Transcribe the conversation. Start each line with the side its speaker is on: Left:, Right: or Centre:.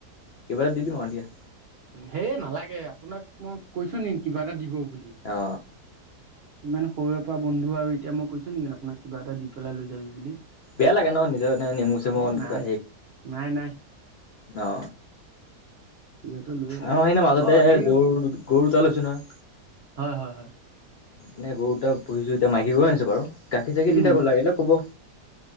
Left: কিবা এটা দি দিম আৰু দিয়া।
Right: হেই নালাগে আপোনাক মই কৈছো নিেক কিবা এটা দিব। বুলি
Left: অ।
Right: ইমান সৰুৰে পৰা বন্ধু আৰু এতিয়া মই কৈছো নেকি আপোনাক কিবা এটা দি। পেলাই লৈ যাবি বুলি
Left: বেয়া লাগে ন নিজৰ এ নেমু চেমুন
Right: এ নাই
Left: কিবা
Right: নাই নাই
Left: ন।
Right: সিহঁতে লৈ
Left: অ আহি ন মাজতে
Right: অ হেৰি
Left: গৰু গৰু দুটা লৈছো নহয়।
Right: হয় হয় হয়।
Left: এনে গৰু এ পূহিছো এতিয়া মাইকী গৰু আনিছো বাৰু গাখীৰ চাকি
Right: উম
Left: দি থাকো লাগিলে ক'ব।